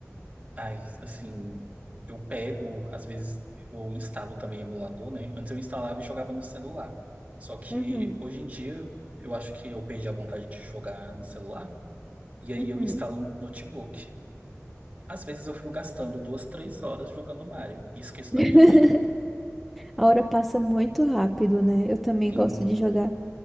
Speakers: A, on the right (about 30°); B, in the centre.
A: Ai, assim... Eu pego, às vezes, eu instalo também emulador, né? Antes eu instalava e jogava no celular. Só que,
B: Uhum,
A: hoje em dia, eu acho que eu perdi a vontade de jogar no celular. E aí
B: uhum.
A: eu instalo no notebook. Às vezes eu fico gastando duas, três horas jogando Mario. E esqueço
B: <laughs>
A: da minha vida.
B: A hora passa muito rápido, né? Eu também
A: Sim.
B: gosto de jogar.